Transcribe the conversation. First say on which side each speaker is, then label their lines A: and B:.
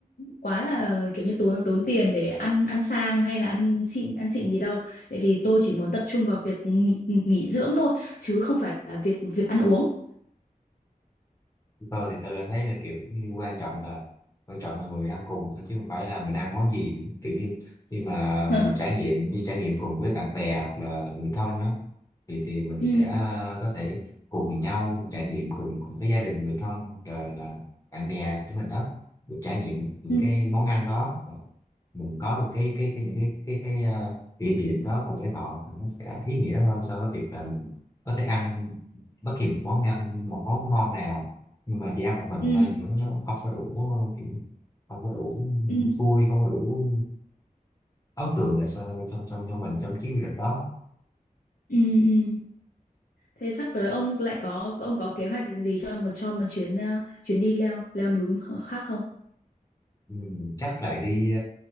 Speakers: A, on the left; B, on the left.
A: quá là kiểu như tốn tốn tiền để ăn ăn sang hay là ăn xịn ăn xịn gì đâu tại vì tôi chỉ muốn tập trung vào việc nghỉ, nghỉ dưỡng thôi chứ không phải là việc việc ăn uống
B: tôi thì tôi đã thấy là kiểu như quan trọng là quan trọng là người ăn cùng thôi chứ không phải là mình ăn món gì nữa. kiểu như khi mà mình
A: <laughs>
B: trải nghiệm đi trải nghiệm cùng với bạn bè hoặc là người thân á thì thì mình
A: ừ,
B: sẽ có thể cùng nhau trải nghiệm cùng cùng với gia đình người thân hoặc là, là bạn bè của mình đó được trải nghiệm những
A: ừ,
B: cái món ăn đó Và mình có được cái cái cái những cái cái cái ờ, kỷ niệm đó cùng với họ thì nó sẽ ý nghĩa hơn so với việc là mình có thể ăn bất kỳ một món ăn một món ngon nào nhưng mà chỉ ăn một mình
A: ừ,
B: thôi nữa nó không có đủ kiểu, không có đủ
A: ừ,
B: vui không có đủ ấn tượng lại sao trong trong trong mình trong chuyến du lịch đó
A: ừ, ừ. Thế sắp tới ông lại có ông có kế hoạch gì cho một cho một chuyến ờ, chuyến đi leo leo núi kh- khác không?
B: Ừ, chắc lại đi